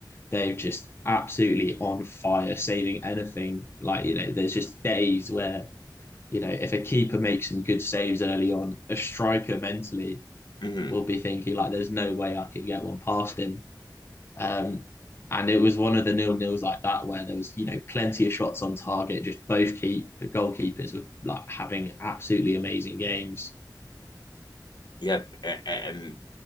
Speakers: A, on the left (about 30°); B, on the left (about 65°).
A: they've just absolutely on fire, saving anything. Like you know, there's just days where you know if a keeper makes some good saves early on, a striker mentally
B: Mm-hmm.
A: will be thinking like, "There's no way I can get one past him." Um, and it was one of the nil nils like that where there was you know plenty of shots on target. Just both keep goalkeepers were like having absolutely amazing games.
B: Yep. And